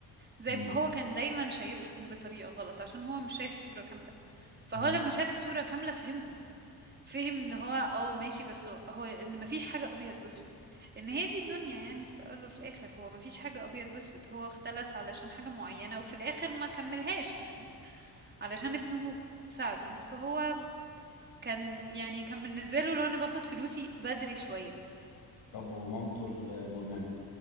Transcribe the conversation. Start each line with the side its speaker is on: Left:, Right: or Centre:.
Right: زي
Left: مم.
Right: م هو كان دايمًا شايفهم بطريقة غلط، عشان هو مش شايف الصورة كاملة، فهو
Left: مم.
Right: لمّا شاف الصورة كاملة فهمهم، فهم إن هو آه ماشي بس هو هو إن ما فيش حاجة أبيض وأسود، إن هي دي الدنيا يعني في الأول وفي الآخر، هو ما فيش حاجة أبيض وأسود، هو اختلس علشان حاجة معينة وفي الآخر ما كمّلهاش يعني، علشان ابنه ساعده، بس هو كان يعني كان بالنسبة له اللي هو أنا باخد فلوسي بدري شوية،
Left: طب ومامته المدمنة